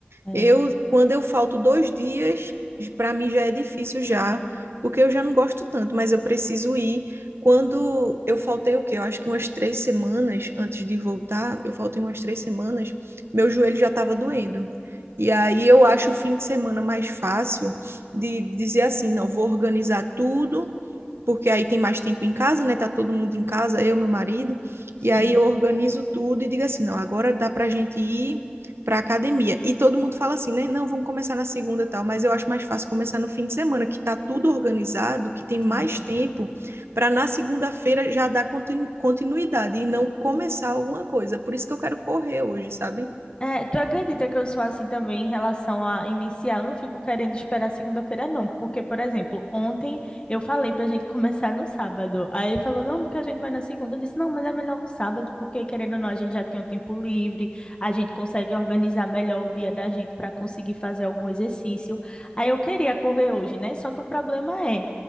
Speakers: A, on the left; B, on the right.
A: É,
B: Eu, quando eu falto dois dias, para mim já é difícil já, porque eu já não gosto tanto, mas eu preciso ir. Quando eu faltei o quê? Eu acho que umas três semanas antes de voltar, eu faltei umas três semanas, meu joelho já estava doendo. E aí eu acho o fim de semana mais fácil de dizer assim, não, vou organizar tudo, porque aí tem mais tempo em casa, né? Tá todo mundo em casa, eu, meu marido,
A: sim,
B: e aí eu organizo tudo e digo assim, não, agora dá pra gente ir pra academia. E todo mundo fala assim, né? Não, vamos começar na segunda e tal, mas eu acho mais fácil começar no fim de semana, que tá tudo organizado, que tem
A: sim.
B: mais tempo para na segunda-feira já dar continu- continuidade e não começar alguma coisa. Por isso que eu quero correr hoje, sabe?
A: É, tu acredita que eu sou assim também em relação a iniciar? Eu não fico querendo esperar segunda-feira, não. Porque, por exemplo, ontem eu falei pra gente <laughs> começar no sábado. Aí falou, não, porque a gente vai na segunda. Eu disse, não, mas é melhor no sábado, porque querendo ou não, a gente já tem o tempo livre, a gente consegue organizar melhor o dia da gente para conseguir fazer algum exercício. Aí eu queria correr hoje, né? Só que o problema é,